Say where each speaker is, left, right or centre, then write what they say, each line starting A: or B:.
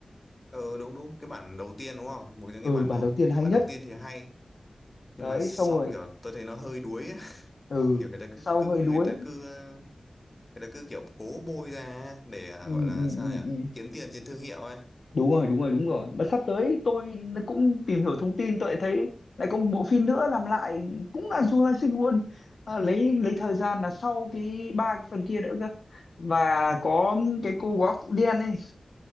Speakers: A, on the left; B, on the left.
A: ờ đúng đúng cái bản đầu tiên đúng không một trong
B: ừ
A: cái bản
B: bản
A: đầu
B: đầu tiên hay
A: bản
B: nhất
A: đầu tiên thì hay nhưng
B: đấy
A: mà sau
B: xong rồi
A: kiểu tôi thấy nó hơi đuối ấy.
B: ừ
A: kiểu người ta
B: sau
A: cứ, cứ
B: hơi
A: người
B: đuối
A: ta cứ ờ, người ta cứ kiểu cố bôi ra để ờ,
B: ừ,
A: gọi là
B: ừ,
A: sao
B: ừ,
A: nhỉ
B: ừ.
A: kiếm tiền trên thương hiệu ấy
B: đúng rồi đúng rồi đúng rồi mà sắp tới tôi cũng tìm hiểu thông tin tôi lại thấy lại có một bộ phim nữa làm lại cũng là Jurassic World Ờ, lấy lấy thời gian là sau cái ba cái phần kia nữa cơ và có cái cô góa phụ đen ấy